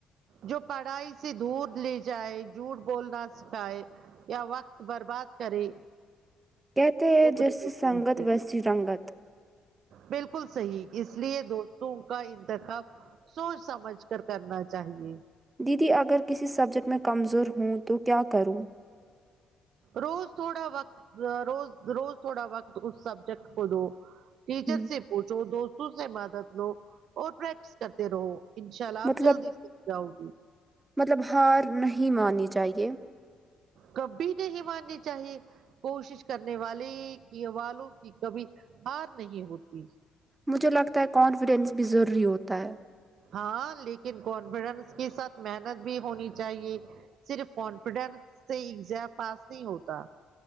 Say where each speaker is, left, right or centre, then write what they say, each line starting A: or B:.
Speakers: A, on the right (about 70°); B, on the right (about 25°).
A: جو پڑھائی سے دور لے جائے جھوٹ بولنا سکھائے یا وقت برباد کرے
B: کہتے ہیں
A: وہ برے
B: جیسی
A: دوست
B: سنگت
A: ہوتے ہیں
B: ویسی رنگت
A: بالکل صحیح اس لیے دوستوں کا انتخاب سوچ سمجھ کر کرنا چاہیے
B: دیدی اگر کسی سبجیکٹ میں کمزور ہوں تو کیا کروں
A: روز تھوڑا وقت روز روز تھوڑا وقت اس سبجیکٹ کو دو ٹیچر
B: ہ
A: سے پوچھو دوستوں سے مادد لو اور پریکٹس کرتے رہو انشاء اللہ
B: مطلب
A: آپ جلدی سکھ جاؤ گی
B: مطلب ہار نہیں ماننی چاہیے
A: کبھی نہیں ماننی چاہیے کوشش کرنے والے کی والوں کی کبھی ہار نہیں ہوتی
B: مجھے لگتا ہے کانفیڈینس بھی ضروری ہوتا ہے
A: ہاں لیکن کانفیڈینس کے ساتھ محنت بھی ہونی چاہیے صرف کانفیڈینس سے ایگزام پاس نہیں ہوتا